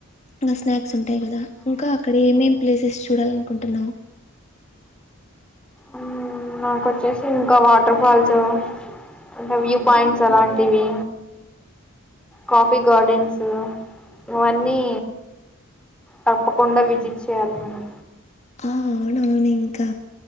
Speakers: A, on the left (about 30°); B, in the centre.
A: ఇంగ స్నాక్స్ ఉంటాయ్ గదా ఇంకా అక్కడ ఏమేం ప్లేసెస్ చూడాలనుకుంటున్నావ్
B: మ్మ్ నాకొచ్చేసి ఇంకా వాటర్ ఫాల్సూ ఇంకా వ్యూ పాయింట్స్ అలాంటివీ కాఫీ గాడెన్సూ ఇవన్నీ తప్పకుండ విజిట్ చేయాలి మనం
A: ఆ అవునవును ఇంకా